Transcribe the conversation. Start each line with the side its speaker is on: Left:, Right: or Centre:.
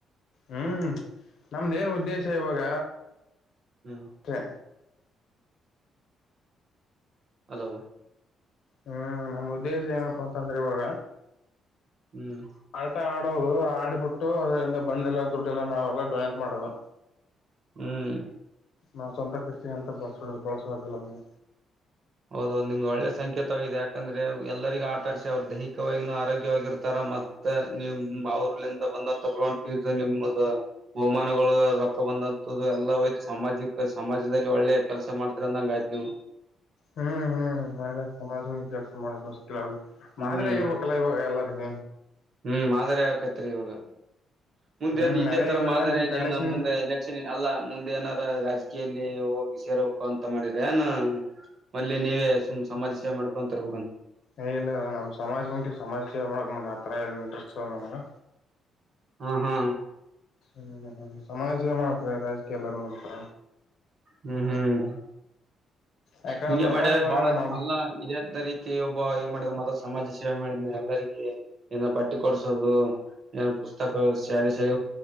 Left: ಹ್ಮ್ ನಮ್ದ ೇನ್ ಉದ್ದೇಶ ಇವಾಗ
Right: ಹ್ಮ್
Left: ತೆ
Right: ಹಲೋ
Left: ಹ್ಮ್ ನಮ್ಮ ಉದ್ದೇಶ ಏನಪ್ಪಾ ಅಂತಂದ್ರೆ ಇವಾಗ
Right: ಹ್ಮ್
Left: ಆಟ ಆಡೋದು ಆಡಿಬಿಟ್ಟು ಅದರಿಂದ ಬಂದ ಎಲ್ಲ ದುಡ್ಡೆಲ್ಲ ನಾವ್ೆಲ್ಲ ದೋ ನೇಟ್ ಮಾಡೋದು
Right: ಹ್ಮ್
Left: ನಾ ಸ್ವಂತ ಖರ್ಚಿಗೆ ಅಂತ ಬಳಸ ಬಳಸುವದಿಲ್ಲಾನ
Right: ಹೌದ ನಿಮ್ದು ಒಳ್ಳೆ ಸಂಕೇತವಾಗಿದೆ ಯಾಕಂದ್ರೆ ಎಲ್ಲರಿಗ ಆಟಾಡ್ಸ ಅವ್ರು ದೈಹಿಕವಾಗಿೂ ಆರೋಗ್ಯವಾಗಿರ್ತಾರ ಮತ್ತೆ ನೀವು ಅವರ್ಲ್ಲಿಂತ ಬಂದ ತಗೊಂಡ ನಿಮ ಬಹಮಾನಗಳು ರೊಕ್ಕ ಬಂದಂತದು ಎಲ್ಲಾ ಹಯ್ತು ಸಾಮಾಜಿಕ ಸಮಾಜದಲ್ಲಿ ಒಳ್ಳೆ ಕೆಲಸ ಮಾಡ್ತರಂದಂಗ ಆಯ್ತು ಹ
Left: ಹ್ಮ್ ಹ್ಮ್ ಮ ಸಮಾಜ ಕೆಲಸ ಮಾಡ ಮಾದರಿ
Right: ಹ್ಮ್
Left: ಆಗಿರ್ಬೇಕಲ್ಲ ಇವಾಗ ಎಲ್ಲರಿಗ
Right: ಹ್ಮ್ ಮಾದರಿ ಆಕೈತ್ರಿ ಇವಾಗ ಮುಂದೆ
Left: ಹ್ಮ್
Right: ನ್ ಇದೇ
Left: ಅದೇ
Right: ತರ
Left: ಇವಾಗ
Right: ಮಾದರಿ
Left: ನಿನ್ ಕಡ್ಲೆಸಿಂದ
Right: ಏನು ಮುಂದೆ ಎಲೆಕ್ಷನ್ ಅಲ್ಲ ಮುಂದೆನ ರಾಜಕೀಯಲ್ಲಿ ಹೋಗಿ ಸೇರ್ಬೇಕು ಅಂತ ಮಾಡಿದ್ರ ನಾನ ಮಲ್ಲಿಲ್ಲಿ ನೀವೇ ಸುಮ್ ಸಮಾಜ ಸೇವೆ ಮಾಡ್ಕೊ ತರ್ಬೇಕಂತ
Left: ಏ ಇಲ್ಲ ಇಲ್ಲ ನಾ್ ಸಮಾಜ ಮುಖ ಸಮಾಜ ಸೇವೆ ಮಾಡಕಂದ ಆತರ ಏನ್ ಇಂಟ್ರೆಸ್ಟ್ ಇ ನಮಗೆ
Right: ಹ್ಮ ಹಾ
Left: ಹ್ಮ ಸಮಾಜ ಮಾಡಡ ರಾಜಕೀಯ ಎಲ್ಲರ ಮಾಡಪಡ
Right: ಹ್ಮ್ ಹ್ಮ್
Left: ಯಾಕಂದ್ರ
Right: ಹಿಗೆ ಮಾಡ್ಯ
Left: ಇವಾಗ
Right: ಬಾಳ
Left: ನಮ್ಮ
Right: ಅಲ್ಲ ಇ ರೀತಿ ಪ್ರತಿ ಒಬ್ಬ ಏನ್ ಮಾಡಿದ ಮದ ಸಮಾಜ ಸೇವೆ ಮಾಡಿದನ ಎಲ್ಲರಿಗೆ ನ ಬಟ್ಟಿ ಕೊಡಸೋದು ಏನು ಪುಸ್ತಕ ಶ್ಯಾಲ ಸ್ಯಾಲ